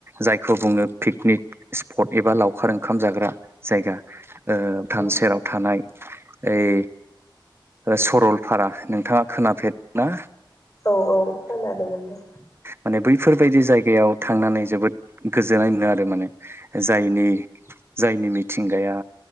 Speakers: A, on the right; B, on the left.
A: जायखौ बुङो पिकनिक स्पट एबा लावखार ओंखाम जाग्रा जायगा थान
B: औ
A: सेराव थानाय ओइ सरलपारा नोंथाङा खोनाफेर ना?
B: औ औ खोनादोंमोनदे
A: माने बैफोरबायदि जायगायाव थांनानै जोबोद गोजोननाय मोनो आरो माने जायनि जायनि मिथिंगाया